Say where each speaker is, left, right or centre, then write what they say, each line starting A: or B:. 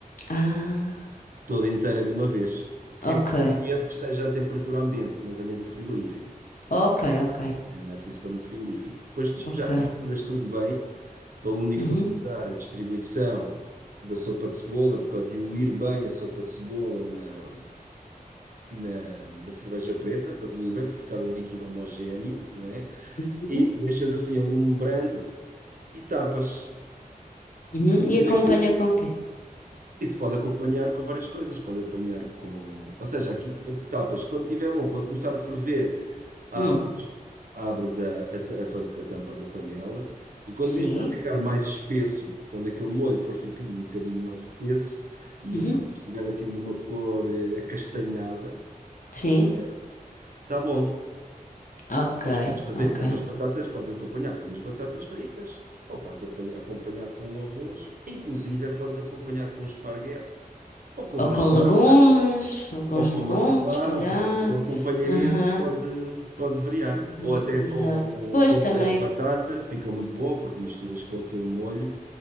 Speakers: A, on the left; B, on the right.
A: Ah,
B: toda inteira de uma vez.
A: ok.
B: É conveniente que esteja à temperatura ambiente, que não venha do frigorífico.
A: Ok, ok,
B: Eh, Não é preciso pôr no frigorífico. Depois de despejar,
A: ok.
B: misturas tudo bem para uniformizar
A: Uhum,
B: a distribuição da sopa de cebola, para diluir bem a sopa de cebola na, na, na cerveja preta, para diluir bem, para ficar um líquido homogéneo, não é?
A: uhum,
B: E deixas assim alumbrando e tapas.
A: uhum.
B: Quando
A: E acompanha
B: é que
A: com quê?
B: isso pode acompanhar com várias coisas, pode apanhar com. Ou seja, aqui eh, tapas, quando estiver bom, quando começar a ferver, há
A: Hum,
B: abres a, a ta- a pa- a tampa da panela e quando
A: sim.
B: viste já ficar mais espesso, quando aquele molho for ficando um bocadinho mais espesso e
A: Uhum,
B: o frango estiver assim de uma cor eh, acastanhada,
A: sim.
B: certo? Tá bom.
A: Ok,
B: Pois podes fazer
A: ok.
B: com umas batatas, podes acompanhar com umas batatas fritas ou podes apanha- acompanhar com um arroz, inclusive é podes acompanhar com um esparguete ou com umas
A: Ou com
B: massas
A: legumes, ou com
B: ou
A: os
B: com
A: legumes,
B: uma salada,
A: se calhar.
B: ou seja, o acompanhamento
A: Aham.
B: pode, pode variar.
A: Uhum,
B: Ou até
A: exato.
B: com,
A: Pois
B: com
A: também,
B: puré de batata, fica muito bom, porque misturas com aquele molho